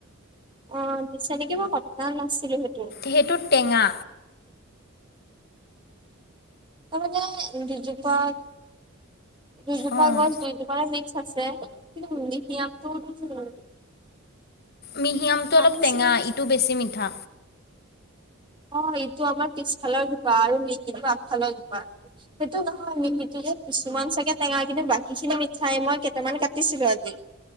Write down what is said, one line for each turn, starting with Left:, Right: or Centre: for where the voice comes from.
Right: অ', দিছে নেকি মই <unintelligible> নাছিলোঁ সেইটো।
Left: সেইটো টেঙা।
Right: তাৰ মানে দুজোপা - দুজোপা
Left: অ'।
Right: গছ দি <inaudible> <inaudible> মিক্স আছে কিন্তু <unintelligible>
Left: মিহি আমটো
Right: কাটিছিল
Left: অলপ টেঙা, ইটো বেছি মিঠা।
Right: অ', ইটো আমাৰ পিছফালৰ জোপা, আৰু মিহিটো আগফালৰ জোপা, সেইটো নহয় মিহিটো যে কিছুমান চাগে টেঙা কিন্তু বাকীখিনি মিঠাই, মই কেইটামান কাটিছিলোঁ আজি